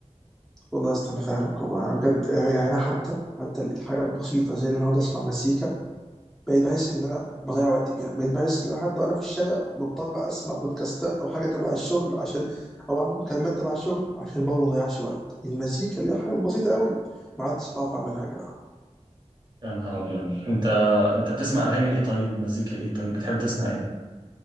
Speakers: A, in the centre; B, on the right (about 40°).
A: والله يا اسطى انا فاهمك والله انا بجد يعني يعني انا حتى حتى الحاجه البسيطه زي ان انا اقعد اسمع مزيكا بقيت بحس ان انا بضيع وقتي بيها بقيت بحس ان انا حتى وانا في الشارع بضطر اسمع بودكاستات او حاجه تبع الشغل عشان او اعمل مكالمات تبع الشغل عشان برضه ما اضيعش وقت المزيكا اللي هي حاجه بسيطه قوي ما عدتش بعرف اعملها يا جدع
B: يا نهار ابيض انت انت بتسمع اغاني ايه طيب مزيكا ايه طيب بتحب تسمع ايه؟